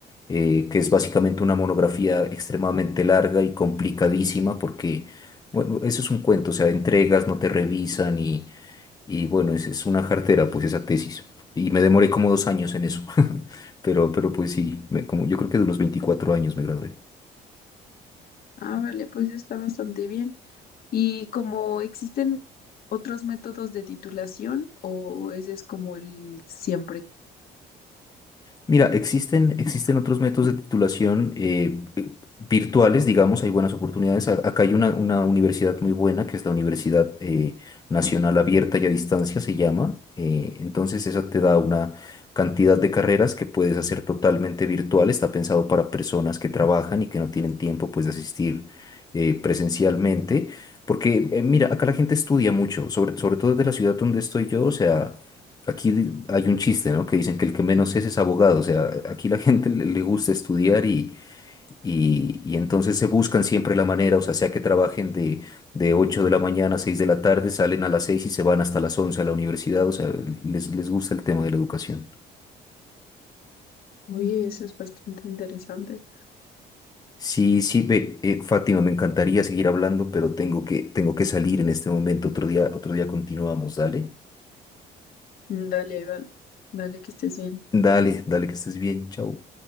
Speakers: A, on the left (about 25°); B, on the left (about 60°).
A: eh, que es básicamente una monografía extremadamente larga y complicadísima, porque, bueno, eso es un cuento, o sea, entregas, no te revisan y, y bueno, es, es una jartera, pues esa tesis. Y me demoré como dos años en eso, <laughs> pero, pero pues sí, me- como, yo creo que de unos 24 años me gradué.
B: Ah, vale, pues está bastante bien. ¿Y como existen otros métodos de titulación o ese es como el siempre?
A: Mira, existen, existen otros métodos de titulación eh, eh, virtuales, digamos, hay buenas oportunidades. A- Acá hay una, una universidad muy buena, que es la Universidad eh, Nacional Abierta y a Distancia, se llama. Eh, entonces, esa te da una cantidad de carreras que puedes hacer totalmente virtual. Está pensado para personas que trabajan y que no tienen tiempo, pues, de asistir eh, presencialmente. Porque, eh, mira, acá la gente estudia mucho, sobre, sobre todo desde la ciudad donde estoy yo, o sea... Aquí hay un chiste, ¿no? Que dicen que el que menos es es abogado. O sea, aquí la gente le le gusta estudiar y, y, y entonces se buscan siempre la manera, o sea, sea que trabajen de, de 8 de la mañana a 6 de la tarde, salen a las 6 y se van hasta las 11 a la universidad. O sea, les, les gusta el tema de la educación.
B: Oye, eso es bastante interesante.
A: Sí, sí, ve, eh, Fátima, me encantaría seguir hablando, pero tengo que, tengo que salir en este momento. Otro día, otro día continuamos. Dale,
B: Mm, Dale, Val. Dale, que estés bien.
A: dale, dale, que estés bien. Chao.